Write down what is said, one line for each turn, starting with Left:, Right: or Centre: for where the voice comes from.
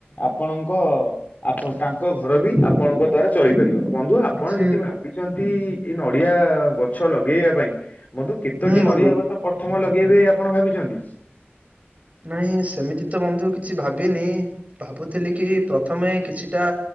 Left: ଆପଣ ଙ୍କ ଆପ ତାଙ୍କ ଘର ବି ଆପଣଙ୍କ ଦ୍ଵାରା ଚଳିପାରିବ। ବନ୍ଧୁ ଆପଣ
Right: ହୁଁ
Left: ଯଦି ଭାବିଛନ୍ତି, ଏଇ ନଡିଆ ଗଛ ଲଗେଇବା ପାଇଁ, ବନ୍ଧୁ କେତୋଟି
Right: ହୁଁ ବନ୍ଧୁ।
Left: ନଡିଆ ଗଛ ପ୍ରଥମ ଲଗେଇବେ ଆପଣ ଭାବିଛନ୍ତି?
Right: ନାଇଁ ସେମିତି ତ ବନ୍ଧୁ କିଛି ଭାବିନି। ଭାବୁଥିଲି କି ପ୍ରଥମେ କିଛିଟା